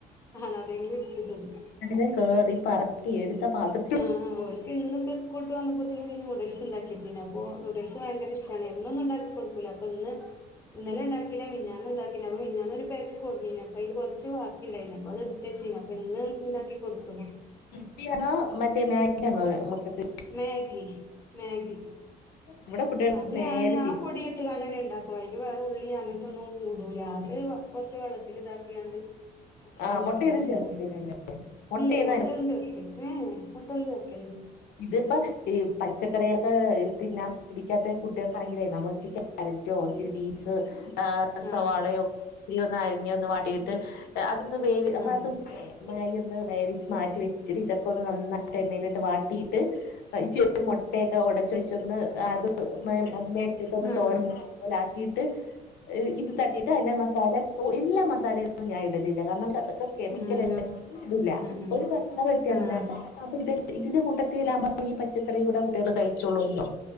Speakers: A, on the left; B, on the left.
A: കാണാതെങ്കിലും ഇട്ത്ത് തിന്നും
B: ും കേറി പറ ഇ എടുത്ത പാത്ര
A: ആഹ ഹാ ഓൽക്ക്ന്ന്‌പ്പോ സ്കൂൾട്ട് വന്നപ്പോത്തിന് നൂഡിൽസ് ഉണ്ടാക്കി ച്ചിനാപ്പോ നൂഡിൽസ് ഭയങ്കര ഇഷ്ടാണ് എന്നൊന്നുംണ്ടാക്കി കൊടുക്കൂല അപ്പൊ ഇന്ന് ഇന്നലെ ഇണ്ടാക്കീല മിഞ്ഞാന്നും ഇണ്ടാക്കീല അപ്പോ മിഞ്ഞാന്നൊരു പേക്ക് കൊട്ന്നീന് അപ്പയ്ല് കുറച്ച് വാക്കി ഇണ്ടയ്നി അപ്പൊ അത് ഇട്ത്തെച്ചീനി അപ്പൊ ഇന്ന് ഇണ്ടാക്കി കൊടുത്തു ഞാൻ
B: യിപ്പിയാണോ മറ്റേ മേഗിയാന്നോ മക്കക്ക്
A: മാഗി മാഗി
B: ഇവിടെ കുട്ടികൾക്ക്
A: അത് ഞാന്
B: നേരെ തിരിച്ച്
A: ആ പൊടി ഇട്ട് കാണ്ടന്നെ ഇണ്ടാക്കണ് അയ്ൽ വേറെ ഉള്ളി അങ്ങനത്തൊന്നും ഇടൂല അത് കൊറച്ച്‌വെള്ളത്തിൽ ഇതാക്ക്യാണ്ട് അങ്ങട്ട്
B: ആ
A: ഇണ്ടാക്കി
B: മുട്ടയൊന്നും
A: കൊട്ക്കലാണ്
B: ചേർക്കലില്ലല്ലേ മുട്ടയൊന്നും
A: ഇല്ലയ് ഹോട്ടൽ ഹേ ഹേ ഹോട്ടൽ കൈക്കലി ഇല്ല
B: ഇതിപ്പ ഈ പച്ചക്കറിയൊക്കെ തിന്നാൻ പിടിക്കാത്ത കുട്ടിൾക്കാണെങ്കിലെ നമ്മൾ ഉച്ചക്ക് കാരറ്റൊ ഇച്ചിരി ബീൻസ് ആ സവാളയൊ
A: ആഹ്
B: <unintelligible> അരിഞ്ഞൊന്ന് വാട്ടിയിട്ട് അതൊന്ന് വേവി <unintelligible>
A: ആഹ്
B: മാഗ്ഗി ഒന്ന് വേവിച്ച് മാറ്റി വെച്ചിട്ട് ഇതൊക്കൊന്ന് നന്നാ യിട്ട് എണ്ണയിലിട്ട് വാട്ടിട്ട് ഇച്ചി ഒരു മൊട്ടയൊക്കെ ഒടച്ചൊഴിച്ചൊന്ന് അത് <unintelligible> അത് മേറ്റിട്ടൊന്ന്
A: ആഹ്
B: തോരൻ പോൽ ആക്കിട്ട് ഇത് തട്ടിട്ട് അയിൻ്റെ മസാല എല്ലാ മസാലൊന്നും ഞാനിടലില്ല കാരണം എന്നച്ച അതൊക്കെ കെമിക്കല
A: ആണല്ലോ
B: ഒന്നിടൂല
A: ആഹ്
B: ഒരു <unintelligible> വ്യത്യാസത്തിന്
A: ആഹ്
B: അപ്പൊ അത് അപ്പത് ഇത് ഇതിന്റെ കൂട്ടത്തിലാവബം ഈ പച്ചക്കറി കൂടെ കുട്ടികള് കഴിച്ചോളോല്ലോ